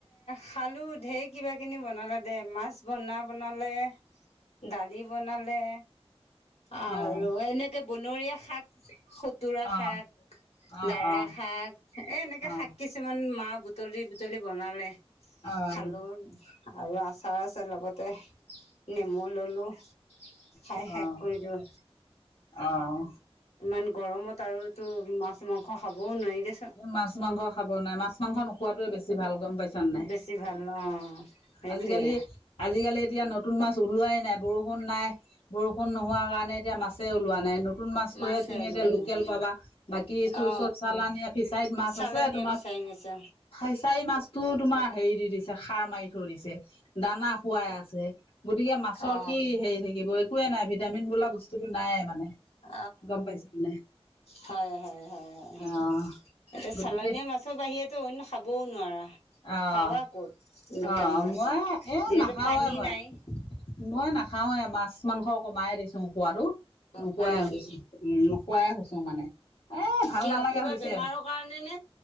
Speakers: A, on the left; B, on the left.
A: খালো ঢেৰ কিবা কিনি বনালে দে মাছ বনা বনালে দালি বনালে আৰু
B: অ
A: এনেকে বনৰীয়া শাক খোতুৰা
B: অ
A: শাক
B: অ অ', অ',
A: দাৰা শাক এ এনেকে
B: অ', অ',
A: শাক কিছুমান মাহ বুটলি বুটলি বনালে
B: অ',
A: খালো। আৰু আচাৰ আছে লগতে নেমু ললোঁ খাই
B: অ',
A: শেষ কৰিলোঁ
B: অ',
A: ইমান গৰমত আৰুতো মাছ মাংস খাবও নোৱাৰি। দেচোন
B: মাছ মাংস খাব নাই। মাছ মাংস নোখোৱাতোৱে বেছি ভাল গম পাইছ নাই,
A: বেছি ভাল অ সেইটোয়ে
B: আজিকালি আজিকালি এতিয়া নতুন মাছ মাছ ওলোৱাই নাই। বৰষুণ নাই, বৰষুণ নোহোৱা কাৰণে এতিয়া মাছে ওলোৱা নাই নু নতুন মাছটোহে
A: মাছে
B: তুমি
A: ওলোৱা
B: এতিয়া লোকেল
A: নাই
B: পাবা। বাকী এইটো
A: অ
B: চব চালানী। ফিচাৰীত মাছ
A: চালনীয়া
B: আছে তোমাৰ
A: বিচাৰি গৈছে
B: ফিচাৰী মাছতটো তোমাৰ হেৰি দি দিছে খাৰ মাৰিছে দিছে, দানা খুৱাই আছে, গতিকে মাছৰ
A: অ অ
B: কি হেৰি থাকিব একোৱে নাই ভিত ভিটামিন বোলা বস্তুটো নাই মানে।
A: অ
B: গম পাইছা নে
A: হয় হয় হয় হয়।
B: অ',
A: এতিয়া
B: গতিকে
A: চালনীয়া মাছৰ বাহিৰেতো অন্য খাবও নোৱাৰা।
B: অ'
A: পাৱা ক'ত! লোকেল
B: অ
A: মাছ
B: মই এ
A: যিহেতু
B: নাখাওঁৱে
A: পানী
B: মই
A: নাই।
B: মই নাখা নাখাওঁৱে। মাছ মাংস কমাই দিছোঁ পোৱাটো।
A: অ'
B: নোখোৱাইছো
A: হয় নেকি
B: উম নোকোৱাই হৈছো মানে। ভাল
A: কিয়
B: নালাগা
A: কিবা
B: হৈছে
A: বেমাৰৰ কাৰণে নে?